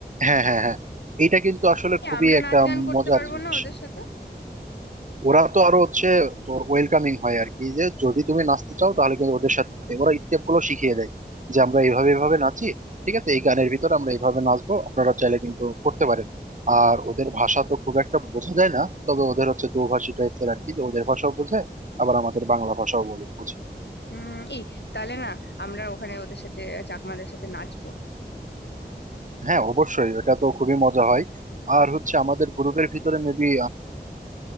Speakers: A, on the right; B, on the left.
A: হ্যাঁ হ্যাঁ হ্যাঁ এটা কিন্তু আসলে
B: এ,
A: খুবই
B: আমরা
A: একটা
B: নাচ গান করতে
A: মজার
B: পারবো
A: জিনিস
B: না ওদের সাথে
A: ওরা তো আরো হচ্ছে তোর ওয়েলকামিং হয় আর কি যে যদি তুমি নাচতে চাও তাহলে কিন্তু ওদের সাথে ওরা স্টেপ গুলো শিখিয়ে দেয় যে আমরা এইভাবে এইভাবে নাচি ঠিক আছে এই গানের ভিতরে আমরা এইভাবে নাচবো আপনারা চাইলে কিন্তু করতে পারেন আর ওদের ভাষা তো খুব একটা বোঝা যায় না তবে ওদের হচ্ছে দোভাষী টাইপের আর কি যে ওদের ভাষাও বোঝে আবার আমাদের বাংলা ভাষাও বলে বুঝে
B: উম এই তাহলে না আমরা ওখানে ওদের সাথে চাকমাদের সাথে নাচবো
A: হ্যাঁ অবশ্যই ওটা তো খুবই মজা হয় আর হচ্ছে আমাদের গ্রুপের ভিতরে মেবি